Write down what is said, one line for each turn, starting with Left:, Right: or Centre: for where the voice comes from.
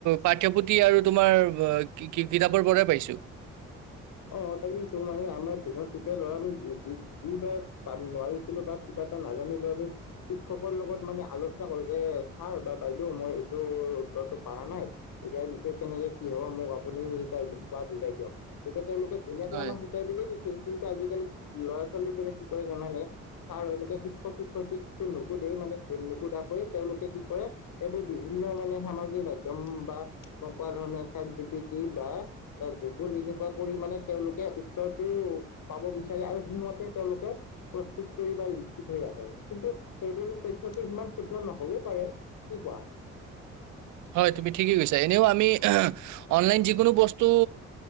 Right: পাঠ্যপুথি আৰু তোমাৰ ৱ কিতাপৰ পৰাই পাইছোঁ।
Left: অঁ, তাকেইতো মানে আমাৰ দিনত তেতিয়া ল'ৰা আমি যি যি বাৰ পাম নোৱাৰিছিলোঁ বা কিবা এটা নাজানিলোঁ আমি শিক্ষকৰ লগত মানে আলোচনা কৰোঁ যে ছাৰ বা বাইদেউ মই এইটো উত্তৰটো পাৰা নাই ইয়াৰ বিষয়ে কেনেকে কি হ'ব, মোক আপুনি শিকাই বা বুজাই দিয়ক। তেতিয়া তেওঁলোকে ধুনীয়াকে
Right: হয়
Left: আমাক শিকাই বুজায় দিছিল, কিন্তু আজিকালি ল'ৰা ছোৱালীবোৰে কি কৰে জানানে? ছাৰ এনেকে শিক্ষক শিক্ষয়িত্ৰীক তো নুশুধেই মানে নুশুধাকৈয়ে তেওঁলোকে কি কৰে এইটো বিভিন্ন মানে সামাজিক মাধ্যম বা মই কোৱা ধৰণে চাট জিটিপি বা বা গুগল এনে কোৱা কৰি মানে তেওঁলোকে উত্তৰটো পাব বিচাৰে আৰু সেইমতে তেওঁলোকে প্ৰস্তুত কৰি বা লিখি থৈ আহে কিন্তু সেইবোৰ তথ্যটো সিমান শুদ্ধ নহ'বও পাৰে। কি কোৱা?
Right: হয়, তুমি ঠিকেই কৈছা। এনেও আমি অনলাইন যিকোনো বস্তু